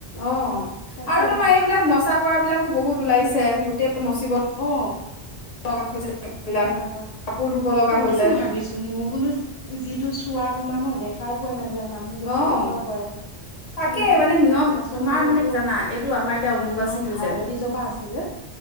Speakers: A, on the left; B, on the left.
A: অ'
B: তাকে
A: আৰু তোমাৰ এইবিলাক মচা কৰাবিলাকো বহুত ওলাইছে, গোটেইবোৰ মচিব
B: অ
A: লগা হৈছে। বিলাক
B: মচা <unintelligible>
A: কাপোৰ ধুব লগা
B: তাকে
A: হৈছে
B: মই ভাবিছোঁ মই বোলো যিটো চোৱা তোমাৰ ন' দে খাই পোৱা নাযায়, মানুহে এতিয়া
A: অ'
B: চোৱা চোৱা কৰে।
A: তাকে
B: হয়নে
A: মানে নিয়ম,
B: আচল
A: তোমাৰ
B: মতে
A: মানে
B: বোলো
A: জানা এইটো আমাৰ এতিয়া অম্বুবাচীটো
B: নিয়ম
A: যে
B: অতীজৰ পৰা আছে যে